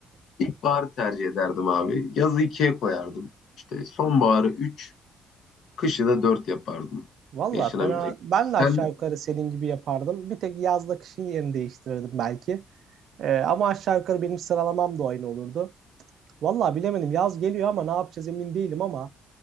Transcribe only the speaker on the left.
İlkbaharı tercih ederdim abi. Yazı ikiye koyardım. İşte sonbaharı üç, kışı da dört yapardım.
Yaşanabilecek.
Sen